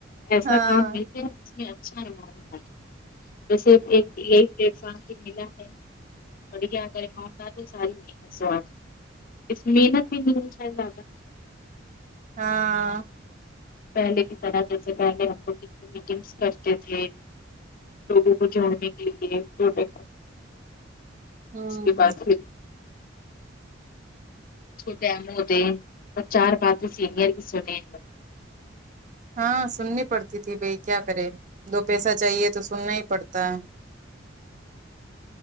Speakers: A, on the left; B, on the right.
A: ایسا
B: ہاں
A: کام نہیں تھا اچ تو صرف ایک یہی پلیٹ فارم بھی ملا ہے ابھی کیا کارے معمولات میں تھڑی ساری اس محنت بھی نہیں ہوتا زدہ
B: ہاں
A: پہلے کی طرح جیسے پہلے ہم لوگ کتنی میٹنگس کرتے تھے لوگوں کو جوڑنے کے لیے چھوٹے
B: ہوں
A: اس کے بعد پھر اس کو م ہوتے ہیں چار بانچ سینئر بھی ستے ہیں
B: ہاں سننی پڑتی تھی بھائی کیا کرے دو پیسہ چاہیے تو سننا ہی پڑتا ہے